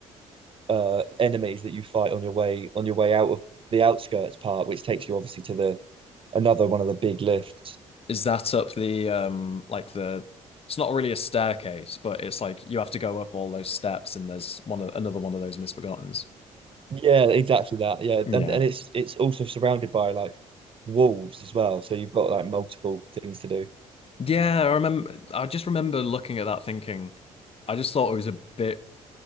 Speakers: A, on the right (about 35°); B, on the left (about 35°).
A: uh enemies that you fight on your way on your way out of the outskirts part, which takes you obviously to the another one of the big lifts.
B: Is that up the um like the it's not really a staircase, but it's like you have to go up all those steps and there's one of, another one of those misbegottens.
A: Yeah, exactly that. Yeah,
B: Yeah.
A: and and it's it's also surrounded by like wolves as well, so you've got like multiple things to do.
B: Yeah, I remember. I just remember looking at that thinking, I just thought it was a bit.